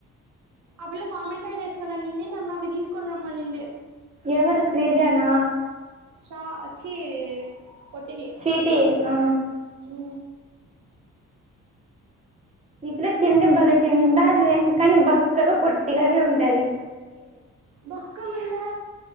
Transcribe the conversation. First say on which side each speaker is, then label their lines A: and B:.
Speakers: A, on the right; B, on the right.
A: ఆ పిల్ల మామిడికాయ తెస్తాననింది నన్ను అవి తీసుకొని రమ్మనింది
B: ఎవరు శ్రీజనా
A: సా చి పొట్టది
B: స్వీటీ ఆ.
A: ఉ
B: ఇట్లో తిండి బలే తింటాదే కానీ బక్కగా పొట్టిగానే ఉంటదీ
A: బక్కగుందా